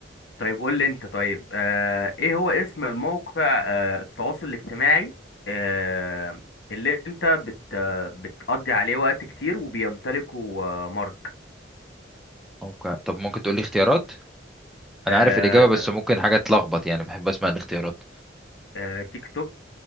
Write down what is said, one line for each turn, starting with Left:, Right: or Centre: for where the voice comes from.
Left: طيب قول لي انت طيب آه ايه هو اسم الموقع آه التواصل الاجتماعي آه اللي انت بت آه، بتقضي عليه وقت كتير وبيمتلكه آه مارك
Centre: أوكي. طب ممكن تقول لي اختيارات أنا
Left: آه،
Centre: عارف الإجابة بس ممكن حاجة تلخبط يعني بحب أسمع الاختيارات
Left: آه، تيك توك